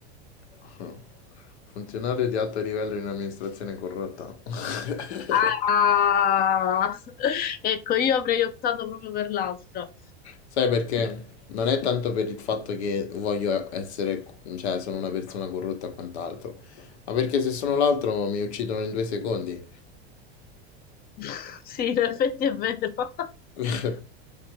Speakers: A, on the left; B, on the left.
A: <laughs> Funzionario di alto livello in amministrazione corrotta. <laughs>
B: Ah, <laughs> ecco, io avrei optato proprio per l'altra.
A: Sai perché? Non è tanto per il fatto che voglio essere, cioè sono una persona corrotta o quant'altro, ma perché se sono l'altro mi uccidono in due secondi.
B: <laughs> Sì, in effetti è vero. <laughs>
A: <laughs>